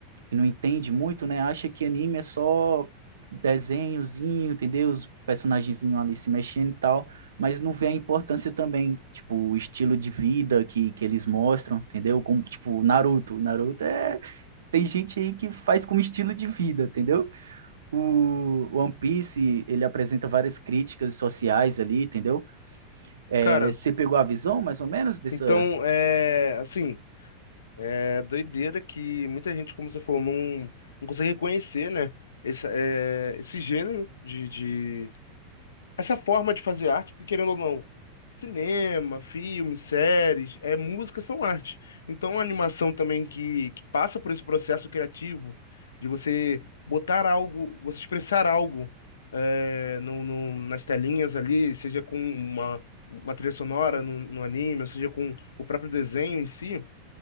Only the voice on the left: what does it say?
Cara.
Então, é, assim, é doideira que muita gente, como você falou, não, não consegue reconhecer, né, esse, é, esse gênero de de, essa forma de fazer arte, porque querendo ou não, cinema, filmes, séries, é, música são arte. Então, a animação também que, que passa por esse processo criativo de você botar algo, você expressar algo é, no, no- nas telinhas ali, seja com uma, uma trilha sonora no, no anime, ou seja com o próprio desenho em si,